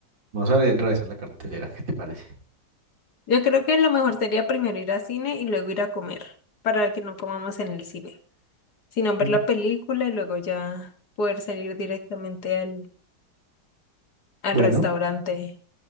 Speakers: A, on the right; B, on the left.
A: Vamos a re- revisar la cartelera, ¿qué te parece?
B: yo creo que lo mejor sería primero ir al cine y luego ir a comer, para que no comamos en el cine, sino ver
A: Mm.
B: la película y luego ya poder salir directamente al, al
A: Bueno.
B: restaurante.